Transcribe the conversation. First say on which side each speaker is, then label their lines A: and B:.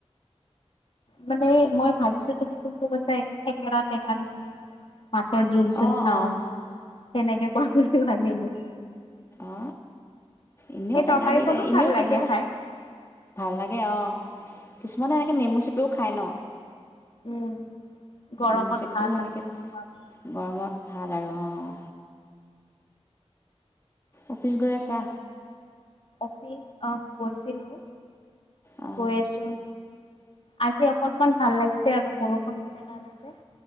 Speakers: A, on the left; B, on the left.
A: মানে মই ভাবিছো তুমি কোনটো কৈছা এই থেকেৰা টেঙাটো যে। মাছৰ জোল চোল
B: অঁ
A: খাওঁ
B: অঁ
A: সেনেকে কোৱা বুলি ভাবিলো।
B: আ এনেও
A: সেই
B: টেঙা
A: তৰকাৰীখনো
B: দি
A: ভাল
B: এনেও
A: লাগে
B: কেতিয়াবা।
A: খাই।
B: ভাল লাগে অ কিছুমানে এনেকে নেমু চেপিও খায় ন।
A: উম, গৰমত
B: নেমু চেপিও
A: ভাল
B: সেনেকে
A: আৰু তেনেকুৱাবোৰ
B: গৰমত ভাল আৰু অঁ। অফিচ গৈ আছা
A: অফিচ গৈছিলোঁ
B: অ
A: গৈ আছোঁ আজি অকনমান ভাল লাগিছে আৰু বৰষুণ পেলালে যে